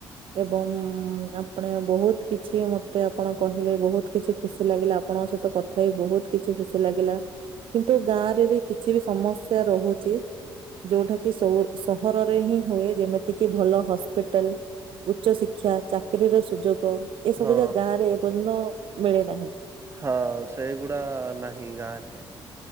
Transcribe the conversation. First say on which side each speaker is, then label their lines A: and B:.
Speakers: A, on the right; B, on the right.
A: ଏବଂ ଉଁ ଆପଣେ ବହୁତ କିଛି ମତେ ଆପଣ କହିଲେ ବହୁତ କିଛି ଖୁସି ଲାଗିଲା ଆ ଆପଣଙ୍କ ସହିତ କଥା ହେଇ ବହୁତ କିଛି ଖୁସି ଲାଗିଲା। କିନ୍ତୁ ଗାଁରେ ବି କିଛି ବି ସମସ୍ୟା ରହୁଛି। ଯୋଉଠାକି ସହୁର୍ ସହରରେ ହିଁ ହୁଏ ଯେମିତିକିି ଭଲ ହସ୍ପିଟାଲ୍ ଉଚ୍ଚଶିକ୍ଷା, ଚାକିରିୀର ସୁଯୋଗ ଏସବୁ
B: ହଁ।
A: ଯା ଗାଁରେ ଏପର୍ଯ୍ୟନ୍ତ ମିଳି ନାହିଁ।
B: ହଁ ସେଇଗୁଡ଼ା ନାହିଁ ଗାଁରେ।